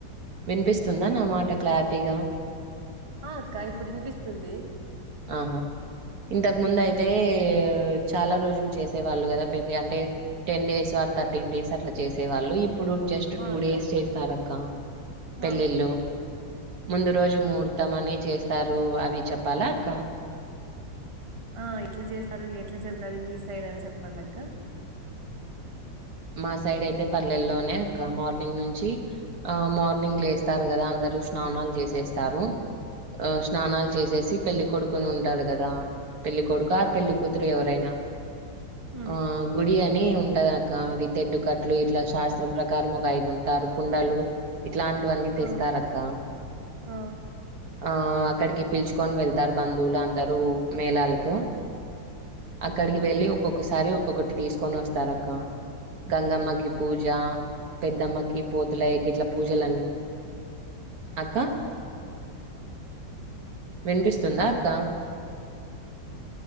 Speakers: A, on the right; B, on the right.
A: వినిపిస్తుందా నా మాట క్లారిటీగా
B: ఆ అక్క ఇప్పుడు వినిపిస్తుంది
A: ఆహా ఇంతకు ముందు అయితే చాలా రోజులు చేసే వాళ్ళు కదా పెళ్లి అంటే టెన్ డేస్ అ థర్టీన్ డేస్ అట్లా చేసేవాళ్ళు ఇప్పుడు జస్ట్ టూ
B: ఆ అక్క
A: డేస్ చేస్తారు కా పెళ్లిళ్లు
B: ఆ
A: ముందు రోజు ముహూర్తం అని చేస్తారు అవి చెప్పాలా కా
B: ఆ ఎట్లా చేస్తారు ఎట్లా జరుగుతది మీ సైడ్ అని చెప్పండి అక్క
A: మా సైడ్ అయితే పల్లెల్లోనే అక్క మార్నింగ్ నుంచి ఆ మార్నింగ్ లేస్తారు కదా అందరు స్నానాలు చేసేస్తారు ఆ స్నాలు చేసేసి పెళ్ళికొడుకుని ఉంట టడగదా పెళ్ళ కొడు ఆర్
B: ఆ
A: పెళ్లి కూతురు ఎవరైనా
B: ఉమ్
A: <inaudible> ఆ గుడియ ని ఉంట దంట అవి తెడ్డుకట్లు ఇట్లా శాస్త్రం ప్రకారం ఒక ఐదు ఉంటారు కుండలు ఇట్లాంటివన్నీ తెస్తారు
B: ఆ
A: అక్క
B: ఆ
A: ఆ అక్కడికి పిలుచుకొని వెళ్తారు బంధువులు అందరూ మేళాలతో అక్కడికి వెళ్ళి ఒక్కొక్కసారి ఒక్కొక్కటి తీసుకొని వస్తారు అక్క గంగమ్మకి పూజ పూజ పెద్దమ్మకి పోతులయ్యకి ఇట్లా పూజలన్న అక్క వినిపిస్తుందా అక్క